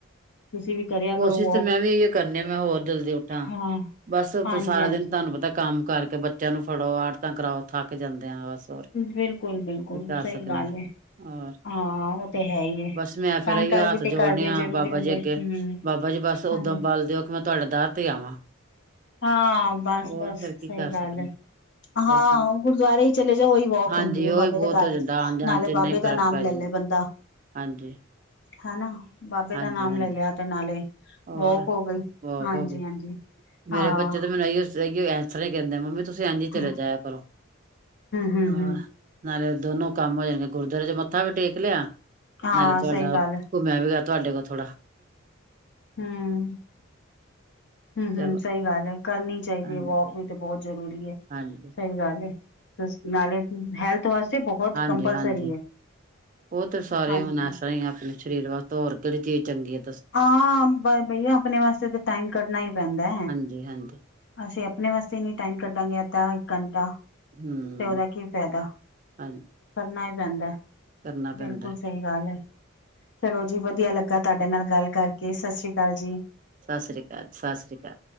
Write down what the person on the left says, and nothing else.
ਤੁਸੀਂ ਵੀ ਕਰਿਆ ਕਰੋ
ਵੋਕ
ਹਾਂ
ਹਾਂਜੀ
ਹਾਂਜੀ
ਬਿਲਕੁਲ ਬਿਲਕੁਲ
ਸ‌ਈ
ਗੱਲ
ਏ।
ਹਾਂ ਓ ਤੇ ਹੈ ਈ ਏ,
ਕੰਮ
ਕਾਰ
ਵੀ ਤੇ
ਘਰਦੇ
ਜ਼ਰੂਰੀ
ਹੁੰਦੇ।
ਹੂੰ
ਹਾਂਜੀ
ਹਾਂ ਬਸ
ਬਸ
ਸ‌ਈ
ਗੱਲ
ਐ। ਹਾਂ
ਗੁਰਦਵਾਰੇ ਈ ਚਲੇ ਜਾਓ ਓਈ ਵੋਕ
ਹੁੰਦੀ ਐ,
ਬਾਬੇ
ਦੇ ਘਰ'ਚ।
ਨਾਲੇ
ਬਾਬੇ
ਦਾ ਨਾਮ
ਲੈ
ਲੈ। ਬੰਦਾ
ਹਨਾ ਬਾਬੇ
ਦਾ ਨਾਮ
ਲੈ ਲਿਆ, ਤੇ ਨਾਲੇ
ਵੋਕ ਹੋ ਗਈ
ਹਾਂਜੀ
ਹਾਂਜੀ। ਹਾਂ
ਹਮ
ਹਮ
ਹਮ
ਹਾਂ
ਸਹੀ ਗੱਲ
ਹੂੰਅ ਹੂੰ ਹੂੰ
ਸ‌ਈ ਗੱਲ ਐ ਕਰਨੀ ਚਾਈਦੀ
ਏ ਵੋਕ ਵੀ
ਤੇ ਬੋਤ ਜ਼ਰੂਰੀ ਏ।
ਸ‌ਈ ਗੱਲ ਏ ਤੁਸ ਨਾਲੇ ਹੈਲਥ ਤੁਆਸੀ ਬਹੁਤ
ਕੰਪਲਸਰੀ
ਹੈ
ਹਾਂਜੀ
ਹਾਂ ਬਈਆ ਆਪਣੇ ਵਾਸਤੇ ਤਾਂ ਟਾਈਮ ਕੱਢਣਾ ਈ ਪੈਂਦਾ।
ਅਸੀਂ ਆਪਣੇ ਵਾਸਤੇ ਨੀ ਟਾਈਮ ਕੱਢਾਂਗੇ ਅੱਧਾ ਘੰਟਾ
ਤੇ ਓਦਾ ਕੀ ਫਾਇਦਾ
ਕਰਨਾ ਈ ਪੈਂਦਾ।
ਬਿਲਕੁਲ ਸ‌ਈ ਗੱਲ ਐ। ਚਲੋ ਜੀ ਵਧੀਆ ਲੱਗਾ ਤਾਡੇ ਨਾਲ ਗੱਲ ਕਰਕੇ ਸਸਰੀ ਕਾਲ ਜੀ।